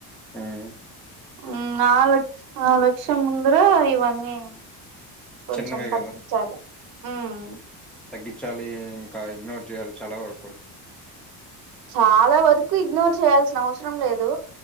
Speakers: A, in the centre; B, on the right.
A: ఉమ్
B: ఉ నలక్ష ఆ లక్ష్యం ముందర ఇవన్నీ ఉమ్ కొంచెం
A: చిన్నవే
B: తగ్గించాలి
A: కదా!
B: మ్మ్
A: తగ్గించాలి ఇంకా ఇగ్నోర్ చేయాలి చాలా వరకు
B: చాలా వరకు ఇగ్నోర్ చేయాల్సిన అవసరం లేదు